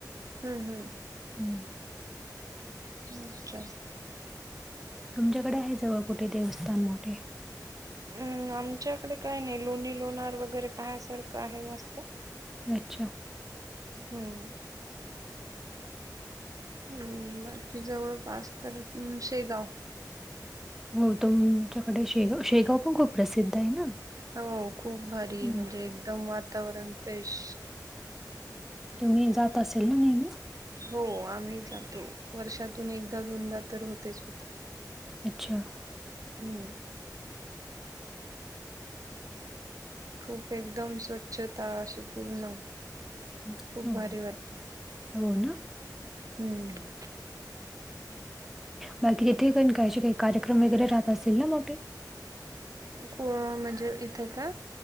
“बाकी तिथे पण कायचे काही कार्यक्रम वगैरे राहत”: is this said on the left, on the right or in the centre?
Centre